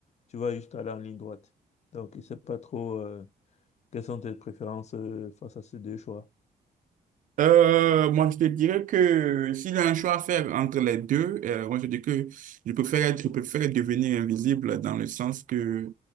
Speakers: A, on the left (about 45°); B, on the right (about 55°).
A: tu vas juste aller en ligne droite. Donc, je ne sais pas trop euh, quelles sont tes préférences euh, face à ces deux choix.
B: Euh, moi, je te dirais que s'il y a un choix à faire entre les deux, euh, moi, je dis que je préfère être, je préfère devenir invisible dans le sens que